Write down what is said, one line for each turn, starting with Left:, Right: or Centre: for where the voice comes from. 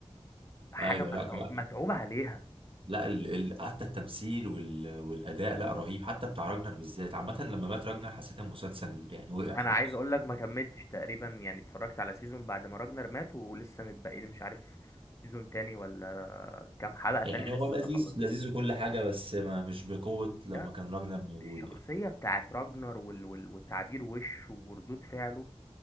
Left: حاجة
Right: ايوه
Left: متعو-
Right: لا كمان
Left: متعوب عليها
Right: لا ال... ال... حتى التمثيل وال... والاداء لا رهيب حتى بتاع راجنر بالذات عامة لما مات راجنر حسيت المسلسل يعني وقع خالص
Left: أنا عايز أقول لك ما كملتش تقريبا يعني اتفرجت على سيزون بعد ما راجنر مات ولسه متبقي لي مش عارف سيزون تاني ولا كام حلقة تاني
Right: يعني
Left: لسه
Right: هو لذيذ
Left: ما خلصتوش
Right: لذيذ وكل حاجة بس ما مش بقوة لما
Left: لا
Right: كان راجنر موجود
Left: الشخصية
Right: يعني
Left: بتاعت راجنر وال... وال... وتعبير وشه وردود فعله